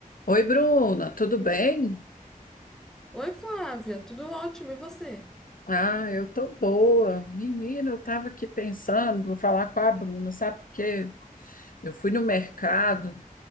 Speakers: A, on the left; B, in the centre.
A: Oi, Bruna, tudo bem?
B: Oi, Flávia, tudo ótimo, e você?
A: Ah, eu tô boa. Menina, eu tava aqui pensando, vou falar com a Bruna, sabe por quê? Eu fui no mercado